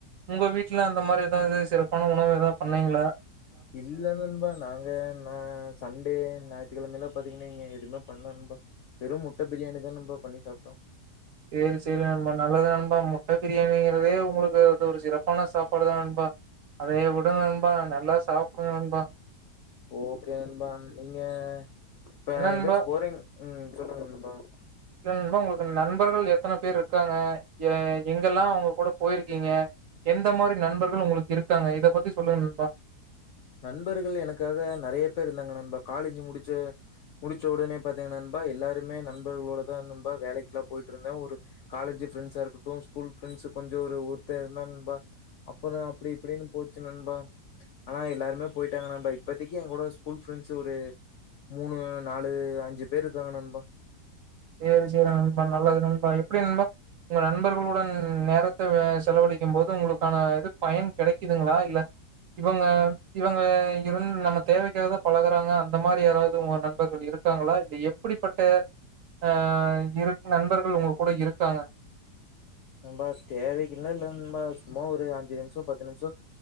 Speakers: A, on the right; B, on the left.
A: உங்க வீட்டுல அந்த மாரி ஏதாவது சிறப்பான உணவு ஏதாவது பண்ணிங்களா
B: இல்ல நண்பா நாங்க ங்க நா சண்டே ஞாயிற்றுக்கிழமல்லாம் பாத்தீங்கன்னா நீங்க எதுவுமே பண்ணலாம் வெறும் முட்ட பிரியாணி தான் நண்பா பண்ணி சாப்ட்டோம்
A: சேரி சேரி நண்பா நல்லதான் நண்பா முட்ட பிரியாணிங்கிறதே உங்களுக்கு அது ஒரு சிறப்பான சாப்பாடுதான் நண்பா அதைய விட நண்பா நல்லா சாப்படு நண்பா
B: ஓகேநண்பா நீங்க இப்ப
A: என்ன
B: எங்கயாச்சும்
A: நண்பா
B: போறீங் உம் சொல்லுங்க நண்பா
A: இல்லநண்பா உங்களுக்கு நண்பர்கள் எத்தன பேர் இருக்காங்க எங்கெல்லாம் அவங்க கூட போயிருக்கீங்க எந்த மாரி நண்பர்கள் உங்களுக்கு இருக்காங்க இத பத்தி சொல்லுங்க நண்பா
B: நண்பர்கள் எனக்காக நெறைய பேர் இருந்தாங்க நண்பா காலேஜ் முடிச்ச முடிச்ச உடனே பா்த்தீங்க நண்பா எல்லாருமே நண்பர்களோடதான் நண்பா வேலைக்குல்லாம் போயிட்டு இருந்தேன் ஒரு காலேஜ் ஃப்ரெண்ட்ஸா இருக்கட்டும் ஸ்கூல் ஃரெண்ட்ஸ் கொஞ்சம் ஒருஊத்த இருந்தா நண்பா அப்புறம் அப்படி இப்படின்னு போச்சு நண்பா ஆனா எல்லாருமே போயிட்டாங்க நண்பா இப்பதி என் கூட ஸ்கூல் ஃப்ரெண்ட்ஸ் ஒரு மூணு நாலு அஞ்சு பேர் இருக்காங்க நண்பா
A: சேரி சேரி நண்பா நல்லது நண்பா எப்படி நண்பா உங்க நண்பர்களுடன் நேரத்த செலவழிக்கும் போது உங்களுக்கான இது பயன் கிடைக்குதுங்களா இல்ல இவங்க இவங்க இருந்து நம்ம தேவைக்காத பழகுறாங்க அந்த மாரி யாராவது உங்க நண்பர்கள் இருக்காங்களா இல்ல எப்படிப்பட்ட அஹ இரு நண்பர்கள் உங்க கூட இருக்காங்க
B: நன்பா தேவைக்குல இல்லநன்பா சும்மா ஒரு அஞ்சு நிமிஷம் பத்து நிமிஷம்